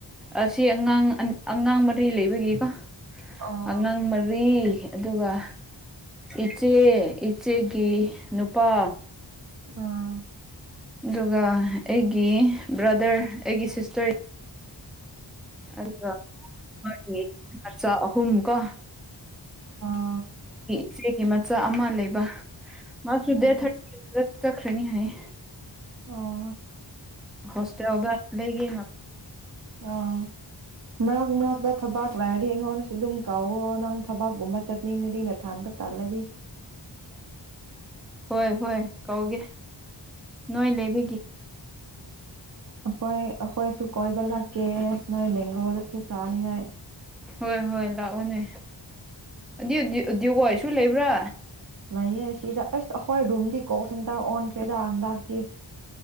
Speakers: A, in the centre; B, on the right.
A: ꯑꯁꯤ ꯑꯉꯥꯡ ꯑꯉꯥꯡ ꯃꯔꯤ ꯂꯩꯕꯒꯤꯀꯣ
B: ꯑꯣ
A: ꯑꯉꯥꯡ ꯃꯔꯤ ꯑꯗꯨꯒ ꯏꯆꯦ ꯆꯦꯒꯤ ꯅꯨ ꯄ
B: ꯑꯣ
A: ꯑꯗꯨꯒ ꯑꯩꯒꯤ ꯕ꯭ꯔꯗꯔ ꯑꯩꯒꯤ ꯁꯤꯁꯇꯔ ꯑꯗꯨꯒ ꯃꯥꯒꯤ ꯃꯆꯥ ꯑꯍꯨꯝ ꯀꯣ
B: ꯑꯣ
A: ꯏꯆꯦꯒꯤ ꯃꯆꯥ ꯆ ꯑꯃ ꯂꯩ ꯕ ꯃꯁꯨ
B: ꯎꯝ
A: ꯗꯦꯠ ꯊꯔꯇꯤꯗ ꯆꯠ ꯈ꯭ꯔꯅꯤ ꯍꯥꯏꯌꯦ
B: ꯑꯣ
A: ꯍꯣꯁꯇꯦꯜꯗ ꯂꯩꯒꯦ
B: ꯑꯥ ꯃꯛ ꯃꯔꯛꯇ ꯊꯕꯥꯛ ꯂꯥꯏꯔꯗꯤ ꯑꯩꯉꯣꯟꯗꯁꯨ ꯑꯗꯨꯝ ꯀꯥꯎꯋꯣ ꯅꯪ ꯊꯕꯥꯛꯀꯨꯝꯕ ꯆꯠꯅꯤꯡꯉꯗꯤ ꯅꯊꯥꯟꯗ ꯇꯜꯂꯗꯤ
A: ꯍꯣꯏ ꯍꯣꯏ ꯀꯧꯒꯦ ꯅꯣꯏ ꯂꯩꯕꯒꯤ
B: ꯑꯩꯈꯣꯏ ꯑꯩꯈꯣꯏꯁꯨ ꯀꯣꯏꯕ ꯂꯥꯛꯀꯦ ꯅꯣꯏ ꯃꯦꯡꯒꯣꯗꯁꯨ ꯆꯥꯅꯤꯡꯉꯥꯏ
A: ꯍꯣꯏ ꯍꯣꯏ ꯂꯥꯛꯑꯣꯅꯦ ꯑꯗꯨ ꯗꯤꯌꯨ ꯗꯤꯎꯍꯣꯏꯁꯨ ꯂꯩꯕ꯭ꯔꯥ
B: ꯂꯩꯥꯛꯌꯦ ꯁꯤꯗ ꯑꯁ ꯑꯩꯈꯣꯏ ꯔꯨꯝꯗꯤ ꯀꯣꯜ ꯁꯦꯟꯇꯔ ꯑꯣꯟꯈ꯭ꯔꯦꯗ ꯍꯟꯗꯛꯇꯤ